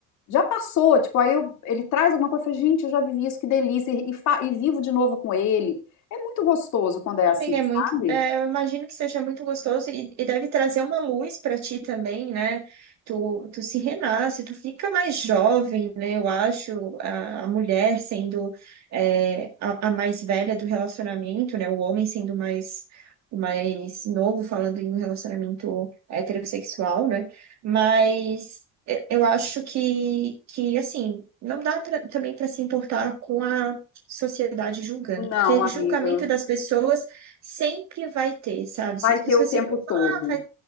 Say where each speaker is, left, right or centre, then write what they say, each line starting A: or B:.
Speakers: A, on the left; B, on the right.
A: Já passou, tipo, aí eu- ele traz alguma coisa, eu falo, gente, eu já vivi isso, que delícia, e, e fa- e vivo de novo com ele. É muito gostoso quando é
B: Amiga,
A: assim,
B: é muito.
A: sabe?
B: é, eu imagino que seja muito gostoso e, e deve trazer uma luz para ti também, né? Tu, tu se renasce, tu fica mais jovem, né? Eu acho, a, a mulher sendo é, a, a mais velha do relacionamento, né? O homem sendo mais, o mais novo, falando em um relacionamento heterossexual, né? Mas eu, eu acho que, que, assim, não dá pra- também para se importar com a sociedade julgando,
A: Não,
B: porque
A: amiga,
B: julgamento das pessoas Sempre vai ter, sabe?
A: vai
B: Se As
A: ter
B: pessoas
A: o tempo
B: sempre vão
A: todo.
B: falar, ah, vai-